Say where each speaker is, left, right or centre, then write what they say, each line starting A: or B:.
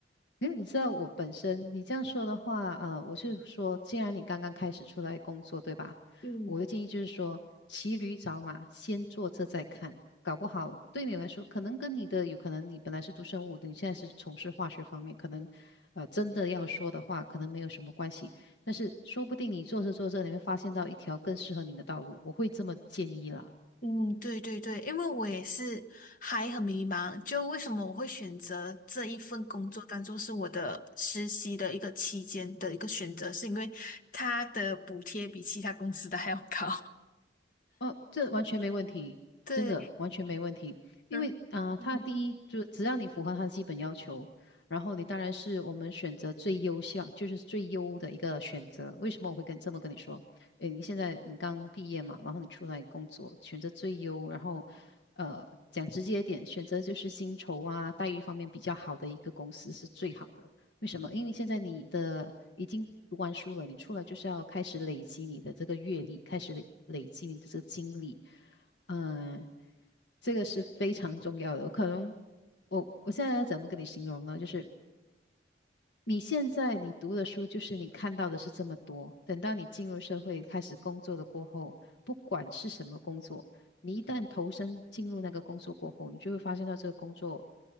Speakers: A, on the left; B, on the left.
A: 因为你知道我本身，你这样说的话，啊，我是说，既然你刚刚开始出来工作，对吧？
B: 嗯。
A: 我的建议就是说，骑驴找马，先做这再看，搞不好对你来说，可能跟你的有可能，你本来是读生物的，你现在是从事化学方面，可能，呃，真的要说的话，可能没有什么关系，但是说不定你做着做着，你会发现到一条更适合你的道路，我会这么建议啦。
B: 嗯，对对对，因为我也是还很迷茫，就为什么我会选择这一份工作当做是我的实习的一个期间的一个选择，是因为它的补贴比其他公司的还要高。
A: 哦，这完全没问题，
B: <laughs> 对，
A: 真的完全没问题。因为啊、
B: 嗯嗯，
A: 他第一就是只要你符合他的基本要求，然后你当然是我们选择最优项，就是最优的一个选择。为什么我会跟这么跟你说？诶，你现在你刚毕业嘛，然后你出来工作，选择最优，然后呃，讲直接一点，选择就是薪酬啊、待遇方面比较好的一个公司是最好的。为什么？因为现在你的已经读完书了，你出来就是要开始累积你的这个阅历，开始累累积你的这个经历。嗯，这个是非常重要的。我可能我我现在要怎么跟你形容呢？就是你现在你读的书就是你看到的是这么多，等到你进入社会开始工作的过后，不管是什么工作，你一旦投身进入那个工作过后，你就会发现到这个工作